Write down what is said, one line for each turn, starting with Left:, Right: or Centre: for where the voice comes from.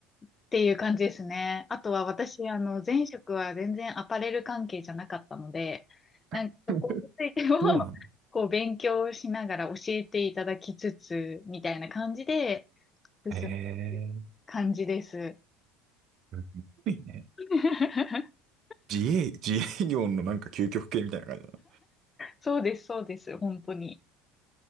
Left: っていう感じですね。あとは私、あの、前職は全然アパレル関係じゃなかったので、なんかそこについても
Right: い。<laughs>
Left: <laughs>
Right: そうなんだ。
Left: こう、勉強しながら教えていただきつつ、みたいな感じで進んでる感じです。
Right: ええすごいね。
Left: <laughs>
Right: 自営、自営業のなんか究極系みたいな感じだな。
Left: そうです、そうです、本当に。